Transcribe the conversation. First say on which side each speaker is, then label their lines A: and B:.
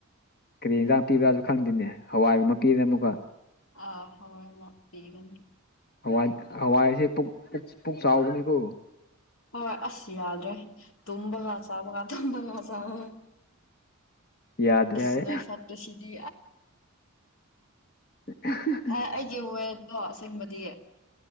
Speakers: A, on the left; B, on the left.
A: ꯀꯔꯤ ꯌꯦꯟꯖꯥꯡ ꯄꯤꯕ꯭ꯔꯥꯁꯨ ꯈꯪꯗꯦꯅꯦ ꯍꯋꯥꯏꯒꯨꯝꯕ ꯄꯤꯗꯅ ꯑꯃꯨꯛꯀ
B: ꯑ ꯍꯣꯏ ꯄꯤꯒꯅꯤ
A: ꯍꯋꯥ ꯍꯋꯥꯏꯁꯦ ꯄꯨꯛ ꯆꯥꯎꯕꯅꯤꯀꯣ
B: ꯍꯣꯏ ꯑꯁ ꯌꯥꯗ꯭ꯔꯦ ꯇꯨꯝꯕꯒ ꯆꯥꯕꯒ ꯇꯨꯝꯕꯒ ꯆꯥꯕꯒ
A: ꯌꯥꯗ꯭ꯔꯦ
B: ꯑꯁ
A: ꯍꯥꯏ
B: ꯅꯣꯏ ꯐꯠꯠꯇ ꯁꯤꯗꯤ
A: <inaudible>
B: ꯑꯦ ꯑꯩꯒꯤ ꯋꯦꯔꯗꯣ ꯑꯁꯦꯡꯕꯗꯤ